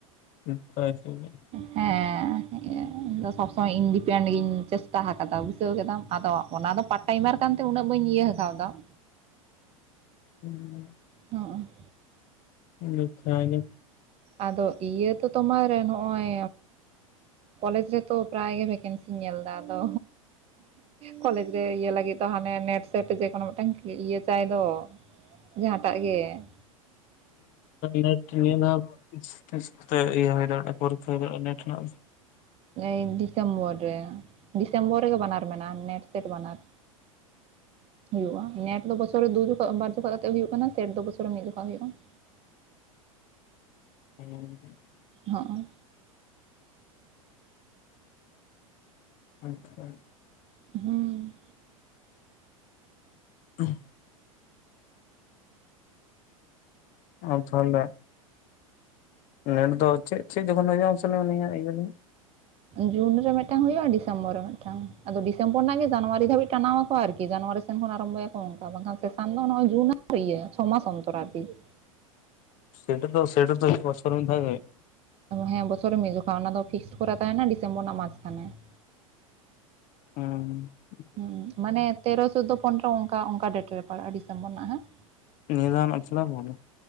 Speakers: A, on the left; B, on the right.
A: <unintelligible>
B: ᱦᱮᱸ᱾
A: <inaudible>
B: ᱟᱫᱚ ᱥᱚᱵᱽ ᱥᱚᱢᱚᱭ ᱤᱧ ᱰᱤᱯᱮᱱᱰ ᱜᱤᱧ ᱪᱮᱥᱴᱟ ᱟᱠᱟᱫᱟ ᱵᱩᱡᱷᱟᱹᱣ ᱠᱮᱫᱟᱢ, ᱟᱫᱚ ᱚᱱᱟ ᱫᱚ ᱯᱟᱴ ᱴᱟᱭᱤᱢᱟᱨ ᱠᱟᱱ ᱛᱮ ᱩᱱᱟᱹᱜ ᱵᱟᱹᱧ ᱤᱭᱟᱹ ᱠᱟᱣᱫᱟ ᱾
A: ᱦᱩᱸ᱾
B: ᱦᱚᱸᱜᱼᱚ
A: ᱜᱚᱪᱷᱟ ᱜᱮ᱾
B: ᱟᱫᱚ ᱤᱭᱟᱹ ᱛᱚ ᱛᱳᱢᱟᱨ ᱱᱚᱜᱼᱚᱭ, ᱠᱚᱞᱮᱡᱽ ᱨᱮ ᱛᱚ ᱯᱨᱟᱭ ᱜᱮ ᱵᱷᱮᱠᱮᱱᱥᱤᱧ ᱧᱮᱞ ᱮᱫᱟ, ᱟᱫᱚ ᱠᱚᱞᱮᱡᱽ ᱨᱮ ᱤᱭᱟᱹ ᱞᱟᱹᱜᱤᱫ ᱫᱚ ᱦᱟᱱᱮ ᱱᱮᱴ ᱥᱮᱴ ᱡᱮᱠᱳᱱᱳ ᱢᱤᱫᱴᱟᱝ ᱤᱭᱟᱹ ᱪᱟᱭ ᱫᱚ ᱾ ᱡᱟᱦᱟᱸᱴᱟᱜ ᱜᱮ ᱾
A: ᱱᱮᱴ ᱱᱤᱭᱟᱹᱫᱷᱟᱣ ᱛᱤᱥ ᱛᱤᱥ ᱠᱚᱛᱮ ᱤᱭᱟᱹ ᱦᱳᱭ ᱱᱟ ᱢᱤᱫᱴᱟᱝ ᱯᱚᱨᱤᱠᱠᱷᱟ ᱦᱮᱱᱟᱜ-ᱟ ‌ᱱᱮᱴ ᱨᱮᱱᱟᱜ?
B: ᱮᱭ ᱰᱤᱥᱮᱢᱵᱚᱨ, ᱨᱮ ᱰᱤᱥᱮᱢᱵᱚᱨ ᱨᱮᱜᱮ ᱵᱟᱱᱟᱨ ᱢᱮᱱᱟᱜᱼᱟ ᱱᱮᱴ ᱥᱮᱴ ᱵᱟᱱᱟᱨ ᱦᱩᱭᱩᱜᱼᱟ᱾ ᱱᱮᱴ ᱫᱚ ᱵᱚᱪᱷᱚᱨ ᱨᱮ ᱫᱩ ᱡᱚᱠᱷᱚᱡ ᱵᱟᱨ ᱡᱚᱠᱷᱷᱟ ᱠᱟᱛᱮ ᱦᱩᱭᱩᱜ ᱠᱟᱱᱟ, ᱥᱮᱴ ᱫᱚ ᱵᱚᱪᱷᱚᱨ ᱨᱮ ᱢᱤᱫ ᱡᱚᱠᱷᱚᱡ ᱦᱩᱭᱩᱜᱼᱟ ᱾
A: ᱦᱩᱸ᱾
B: ᱦᱚᱸᱜ-ᱚᱭ,
A: ᱟᱪᱪᱷᱟ ᱾
B: ᱦᱩᱸ᱾
A: <inaudible> ᱟᱨ ᱛᱟᱦᱚᱞᱮ, ᱱᱮᱴ ᱫᱚ ᱪᱮᱫ ᱪᱮᱫ ᱡᱚᱠᱷᱚᱱ ᱦᱩᱭᱩᱜᱼᱟ ᱢᱟᱥᱮ ᱞᱟᱹᱭ ᱢᱮ ᱱᱤᱭᱟᱹ ᱤᱭᱟᱹ ᱞᱮ?
B: ᱡᱩᱱ ᱨᱮ ᱢᱤᱫᱴᱟᱝ ᱦᱩᱭᱩᱜᱼᱟ, ᱰᱤᱥᱮᱢᱵᱚᱨ ᱨᱮ ᱢᱤᱫᱴᱟᱝ ᱟᱫᱚ ᱰᱤᱥᱮᱢᱵᱚᱨ ᱨᱮᱱᱟᱜ ᱜᱮ ᱡᱟᱱᱩᱣᱟᱨᱤ ᱫᱷᱟᱹᱵᱤᱡ ᱴᱟᱱᱟᱣ ᱟᱠᱚ ᱟᱨᱠᱤ ᱡᱟᱱᱩᱣᱟᱨᱤ ᱥᱮᱱ ᱠᱷᱚᱱ ᱟᱨᱟᱢᱵᱚᱭᱟᱠᱚ ᱚᱱᱠᱟ ᱵᱟᱝᱠᱷᱟᱱ ᱥᱮᱥᱟᱱ ᱫᱚ ᱱᱚᱜᱼᱚᱭ ᱡᱩᱱ ᱟᱨ ᱤᱭᱟᱹ ᱪᱷᱚ ᱢᱟᱥ ᱚᱱᱛᱚᱨ ᱟᱨᱠᱤ ᱾
A: ᱥᱮᱴ ᱫᱚ ᱥᱮᱴ ᱫᱚ ᱵᱪᱷᱚᱨ ᱨᱮ ᱢᱤᱫ ᱫᱷᱟᱹᱣ ᱜᱮ ᱦᱳᱭᱳᱜᱼᱟ?
B: ᱦᱮᱸ ᱵᱚᱪᱷᱚᱨ ᱢᱤᱫ ᱫᱚᱯᱷᱟ ᱚᱱᱟ ᱫᱚ ᱯᱷᱤᱠᱥᱴ ᱠᱚᱨᱟ ᱛᱟᱦᱮᱸᱱᱟ ᱰᱤᱥᱮᱢᱵᱚᱨ ᱨᱮᱱᱟᱜ ᱢᱟᱡ ᱠᱷᱟᱱᱮ ᱾
A: ᱦᱩᱸᱻᱦᱩᱸ ᱾
B: ᱦᱮᱸ, ᱢᱟᱱᱮ ᱛᱮᱨᱚ ᱪᱳᱫᱫᱳ ᱯᱚᱱᱨᱚ ᱚᱱᱠᱟ ᱚᱱᱠᱟ ᱰᱮᱴ ᱨᱮ ᱯᱟᱲᱟᱜᱼᱟ ᱰᱤᱥᱮᱢᱵᱚᱨ ᱨᱮᱱᱟᱜ, ᱦᱮᱸ ᱾
A: ᱱᱤᱭᱟᱹ ᱫᱷᱟᱹᱣ ᱨᱮᱱᱟᱜ ᱮᱢ ᱯᱷᱤᱞᱟᱯ ᱟᱠᱟᱫᱟ?